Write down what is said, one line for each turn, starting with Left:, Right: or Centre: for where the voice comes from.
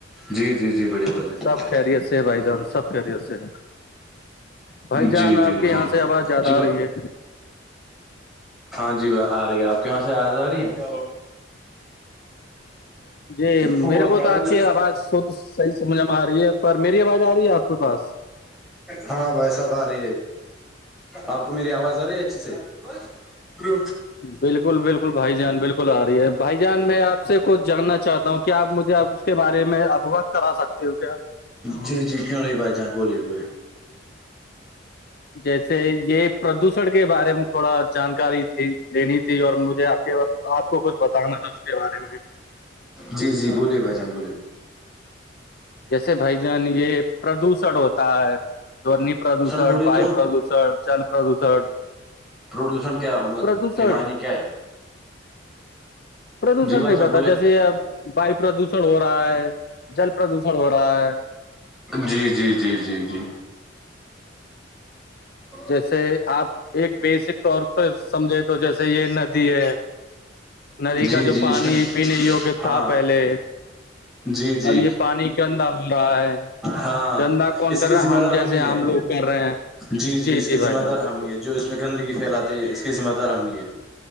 Centre: جی جی جی بڑھیا بڑھیا
Left: سب کہہ رہی ہے سے بھائی جان سب کہہ رہیے سے بھائی جان
Centre: جی جی
Left: آپ کے
Centre: جی
Left: یہاں سے آواز زیادہ
Centre: جی
Left: آ رہی ہے
Centre: ہاں جی وہ آ رہی ہے آپ کے یہاں سے آ آ رہی ہے
Left: جی میرے
Centre: وہ
Left: کو
Centre: کر
Left: تو آپ
Centre: لل
Left: کی آواز شھ صحیح سمجھ میں آ رہی ہے پر میری آواز آ رہی ہے آپ کے پاس
Centre: ہاں بھائی صاحب آ رہی ہے آپ کو میری آواز آ رہی ہے اچھی سے جی
Left: بالکل بالکل بھائی جان بالکل آ رہی ہے بھائی جان میں آپ سے کچھ جاننا چاہتا ہوں کیا آ مجھے اس کے بارے میں اوغت کرا سکتے ہو کیا
Centre: جی جی کیوں رہی بھائی جہاں بولیے بولیے
Left: جیسے یہ پردوشن کے بارے میں تھوڑا جانکاری تھی لینی تھی اور مجھے آپ کے آپ کو کچھ بتانا تھا اس کے بارے میں
Centre: جی جی بولیے بھائی جان بولے
Left: جیسے بھائی جان یہ پردوشن ہوتا ہے دونی پردوشن
Centre: بولے
Left: وایو
Centre: تو
Left: پردوش جل پردوشن
Centre: پروڈیوسن کیا
Left: پردوشن
Centre: کے معنی کیا ہے
Left: پردوشن
Centre: جی بھائی
Left: نہیں
Centre: جان
Left: پتا
Centre: بولے
Left: جیسے اب ویو پردوشن ہو رہا ہے جل پردوشن ہو رہا ہے
Centre: جی جی جی جی جی <inaudible>
Left: جیسے آپ ایک بیسک طور پ سمجھے تو جیسے یہ ندی ہے ندی
Centre: جی
Left: کا جو
Centre: جی
Left: پانی
Centre: اس
Left: پینے یوگ تو تھا
Centre: ہاں
Left: پہلے
Centre: جی جی
Left: اب یہ پانی گندا ہو رہا ہے
Centre: ہاں
Left: گندا کون
Centre: اس
Left: کر
Centre: کے
Left: رہا
Centre: ذمہ
Left: ہم
Centre: دار
Left: جیسے
Centre: ہی
Left: آام
Centre: ہے
Left: لوگ کر رہے ہیں
Centre: جی جی اس کی
Left: بھائی
Centre: ذمہ
Left: جان
Centre: دار
Left: بالکل
Centre: ہم ہی ہے جو اس میں گندگی پھیلاتے ہے اسس ذمہ دار ہمام ہی ہے